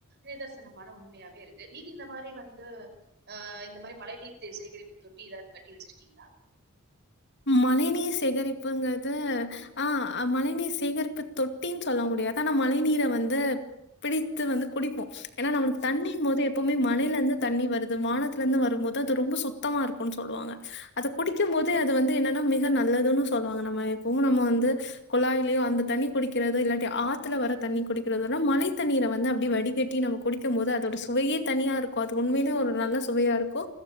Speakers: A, on the right (about 50°); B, on the left (about 50°).
A: நிதர்சனமான உண்மையாவே இருக்கு நீங்க இந்த மாரி வந்து ஆ இந்த மாரி மழை நீர் சேகரிப்பு தொட்டி ஏதாவது கட்டி வச்சிருக்கீங்களா
B: மழை நீர் சேகரிப்புங்றது ஆ மழை நீர் சேகரிப்பு தொட்டின் சொல்ல முடியாது ஆனா மழை நீர வந்து பிடித்து வந்து குடிப்போம் ஏனா நம்ளுக்கு தண்ணின் போது எப்போவுமே மழையில இருந்து தண்ணி வருது மானத் த்துல இருந்து வரும்போது அது ரொம்ப சுத்தமா இருக்குன் சொல்லுவாங்க அத குடிக்கு போது இத வந்து என்னன்னா மிக நல்லதுனு சொல்லுவாங்க நம்ம எப்பவு நம்ம வந்து குழாயிலயு அந்த தண்ணி குடிக்கிறது இல்லாட்டி ஆத்துல வர தண்ணி குடிக்கிறது விட மழை தண்ணீர வந்து அப்டியே வடிக் கட்டி நம்ம குடிக்கு மோது அதோட சுவையே தனியா இருக்கு அது உண்மையிலே ஒரு நல்ல சுவையா இருக்கு